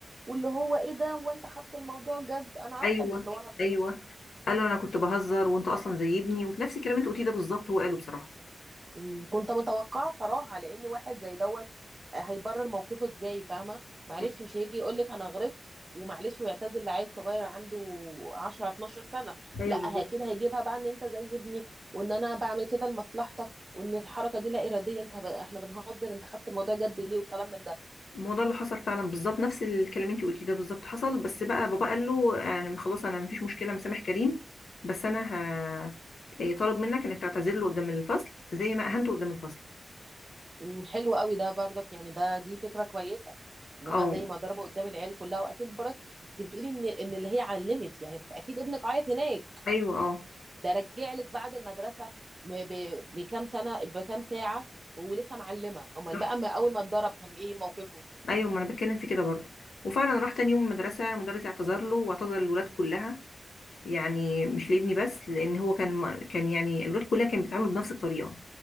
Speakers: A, on the right; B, on the left.
A: واللي هو ايه ده وانت خدت الموضوع جد انا عارفه
B: ايوه
A: الاسطوانه دي
B: ايوه قال له انا كنت بهزر وانت اصلا زي ابني ونفس الكلام اللي انت قلتيه ده بالظبط هو قاله بصراحه
A: مم، كنت متوقعه صراحه لان واحد زي دوت آه، هيبرر موقفه ازاي فاهمه معلش
B: مم.
A: مش هيجي يقول لك انا غلطت ومعلش ويعتذر لعيل صغير عنده 10 12 سنه
B: ايوه
A: لا
B: بالظبط
A: ه- كده هيجيبها بقى ان انت زي ابني وان انا بعمل كده لمصلحتك وان الحركه دي لا اراديه انت ب... احنا بنهزر انت خدت الموضوع جد ليه والكلام من ده
B: ما هو ده اللي حصل فعلا بالظبط نفس الكلام اللي انت قلتيه ده بالظبط حصل بس بقى بابا قال له يعني خلاص انا مفيش مشكله مسامح كريم بس انا ه... إيه، طالب منك انك تعتذر له قدام الفصل زي ما اهنته قدام الفصل
A: مم، حلو قوي ده برضك يعني ده دي فكره كويسه ان
B: اه
A: هو زي ما ضربه قدام العيال كلها واكيد برك انت بتقولي ان ان اللي هي علمت يعني فاكيد ابنك عيط هناك
B: ايوه اه
A: ده رجع لك بعد المدرسه م- ب- بكام سنه بكام ساعه ولسه معلمه امال
B: صح
A: بقى ما اول ما اتضرب كان ايه موقفه
B: ايوه ما انا بتكلم في كده برضو وفعلا راح تاني يوم المدرسه المدرس اعتذر له واعتذر للولاد كلها يعني مش لابني بس لان هو كان م- كان يعني الولاد كلها كانت بتتعامل بنفس الطريقه